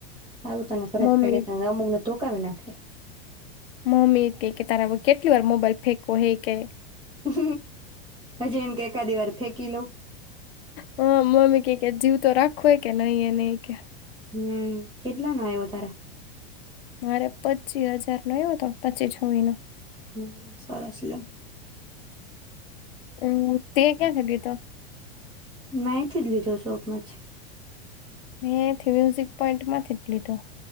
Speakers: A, on the right; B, on the left.
A: હારું તને ઘરેથી
B: મમ્મી
A: કાંઈ કેતા નથી અમુક ને તો ધોક ધોકાવી નાખે.
B: મમ્મી એ કે કે તારા હવે કેટલી વાર મોબાઈલ એ કે.
A: હ હજી એને કય એકાદી વાર ફેંકી લવ.
B: હા મમ્મી કે કે જીવ તો રાખવોય કે નહી એ નહી ઈ કે.
A: હમ કેટલા નો આવ્યો તારે.
B: મારે પચી હજાર નો આવ્યો હતો પચીસ છવીનો.
A: હમ સરસ લ્યો.
B: હમ તે ક્યાંથી લીધો.
A: મે આંયથી જ લીધો શોપમાંથી.
B: મે આયથી મ્યુઝિક પોઈન્ટ માંથી જ લીધો.